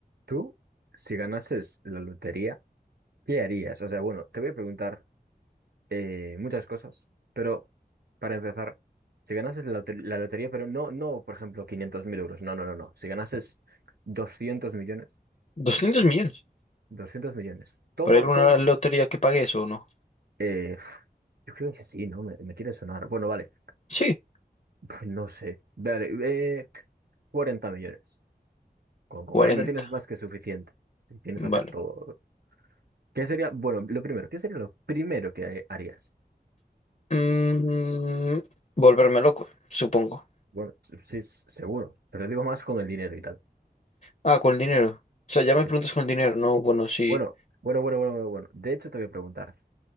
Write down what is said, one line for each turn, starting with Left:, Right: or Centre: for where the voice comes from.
Right: Tú, si ganases la lotería, ¿qué harías? O sea, bueno, te voy a preguntar eh, muchas cosas, pero para empezar, si ganases la, lote- la lotería, pero no, no, por ejemplo, quinientos mil euros, no, no, no, no. Si ganases 200 millones,
Left: doscientos millones.
Right: 200 millones, todo,
Left: ¿Para alguna
Right: todo,
Left: lotería que pague eso o no?
Right: eh, pf, yo creo que sí, ¿no? Me, me quiere sonar. Bueno, vale,
Left: Sí,
Right: <laughs> no sé, vale, eh, 40 millones. Con 40
Left: cuarenta
Right: tienes más que suficiente, tienes
Left: Vale.
Right: que hacer todo. ¿Qué sería, bueno, lo primero, ¿qué sería lo primero que harías?
Left: Mm, volverme loco, supongo.
Right: Bueno, sí, s- seguro, pero digo más con el dinero y tal.
Left: Ah, con el dinero. O sea, ya me
Right: Sí.
Left: preguntas con el dinero, ¿no? Bueno, sí.
Right: Bueno, bueno, bueno, bueno, bueno. bueno. De hecho, te voy a preguntar,